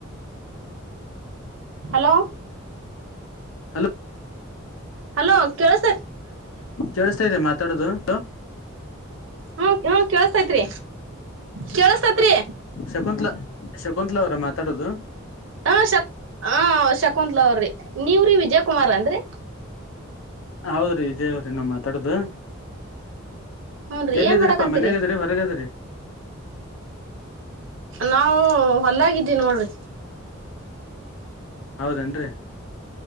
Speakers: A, on the right (about 65°); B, on the left (about 80°).
A: ಹಲೋ
B: ಹಲೋ
A: ಹಲೋ ಕೇಳಸ್
B: ಕೇಳಸ್ತಾ ಇದೆ ಮಾತಾಡೋದು ಹ
A: ಹ್ಮ ಹ್ಮ ಕೇಳಸ್ತೈತ್ರಿ. ಕೇಳಸ್ತತ್ರಿ
B: ಶಕುಂತ್ಲ ಶಕುತ್ಲಾ ಅವ್ರ ಮಾತಾಡೋದು.
A: ಹಾ ಶಕ್ ಹಾ ಶಕುಂತ್ಲಾ ಅವ್ರಿ ನೀವ್ರೀ ವಿಜಯ ಕುಮಾರ್ ಅನ್ರರಿ
B: ಹೌದ್ರಿ ವಿಜಯ ಅವ್ರಿ ನಮ್ಮ ಮಾತಾಡದು
A: ಹೂನ್ ರೀ
B: ಎಲ್ಲಿದ್ದಿರಿಪ್ಪಾ
A: ಏನ್ ಮಾಡಾಕಂತೀರಿ
B: ಮನ್ಯಾಗ ಇದ್ರರಿ ಹೊರಗೆದ್ರರಿ
A: ನಾವು ಹೊಲಾಗಿದ್ದೀವಿ ನೋಡ್ರಿ
B: ಹೌದೇನ್ರಿ